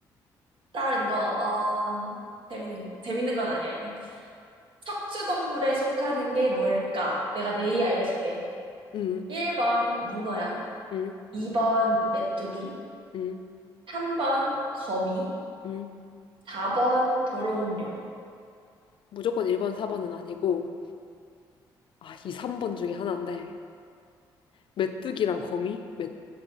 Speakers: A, on the right (about 65°); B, on the left (about 60°).
A: 다른 거, 어, 재밌는, 재밌는 건 아니야, 이건. 척추동물에 속하는 게 뭘까? 내가 내일 알려줄게.
B: 음,
A: 1번 문어야.
B: 음,
A: 2번 메뚜기.
B: 음,
A: 3번 거미.
B: 음.
A: 4번 도롱뇽.
B: 무조건 1번, 4번은 아니고, 아, 2, 3번 중에 하나인데, 메뚜기랑 거미? 메...